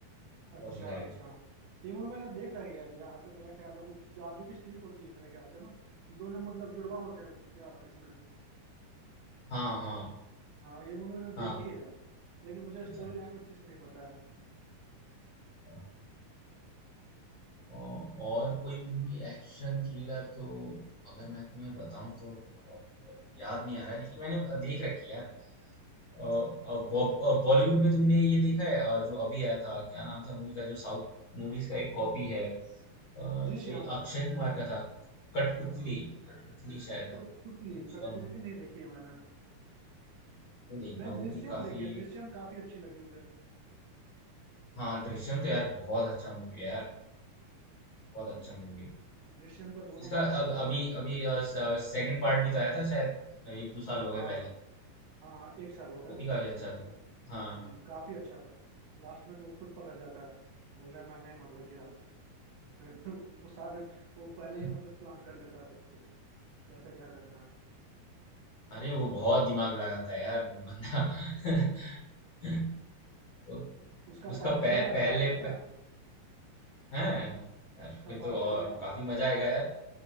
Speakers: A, on the right; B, on the left.
A: अच्छा
B: बहुत मजा आएगा
A: अच्छा ये मूवी मैंने देख रखी है जहाँ तक मेरा ख्याल है कुछ जादू की स्टिक होती है मेरे ख्याल से ना दोनों मतलब जुड़वा होते हैं क्या इसमें
B: हाँ हाँ
A: हाँ ये मूवी मैंने देखी
B: हाँ
A: है लेकिन मुझे
B: अच्छा
A: स्टोरी लाइन अच्छे से नहीं पता है
B: हाँ। औ- और कोई मूवी एक्शन थ्रिलर तो अगर मैं तुम्हें बताऊं तो और तो कोई अभी याद नहीं आ रहा है लेकिन मैंने देख रखी है यार अ, अ, बॉ- अ, बॉलीवुड में तुमने ये देखा है अ, जो अभी आया था क्या नाम था मूवी का जो साउथ मूवीज का एक कॉपी है अ,
A: दृश्यम
B: ये अक्षय कुमार का था कठपुतली कठपुतली शायद
A: कठपुतली
B: उसका
A: कठपुतली
B: मु-
A: नहीं देखी है मैंने
B: वो देखना
A: मैंने दृश्यम
B: वो भी काफी
A: देखी है दृश्यम काफी अच्छी लगी मुझे
B: हाँ दृश्यम तो यार बहुत अच्छा मूवी है यार
A: हम्म
B: बहुत अच्छा मूवी
A: दृश्यम का दोनों
B: इसका
A: पार्ट देखा
B: अब
A: है
B: अभी
A: मैंने
B: अभी सेकंड पार्ट भी तो आया था शायद एक दो साल
A: हाँ
B: हो गए
A: हाँ
B: पहले
A: हाँ हाँ एक साल हो गया
B: वो भी काफी अच्छा
A: जिससे
B: था हाँ
A: हम्म, काफी अच्छा था लास्ट में तो वो खुद पकड़ जाता है बोल रहा है मैंने ही मर्डर किया फिर <laughs> वो साबित वो पहले ही
B: हम्म
A: मतलब प्लान कर लेता है सब कुछ कैसे क्या करना है
B: अरे वो बहुत दिमाग लगाता है यार वो बंदा <laughs> उ-
A: उसका
B: उसका
A: पार्ट
B: पह,
A: थ्री आने
B: पहले
A: वाला है, पता
B: प,
A: है
B: हाँ यार
A: उसका
B: फिर
A: पार्ट
B: तो और
A: थ्री भी आने
B: काफी
A: वाला है।
B: मजा आएगा यार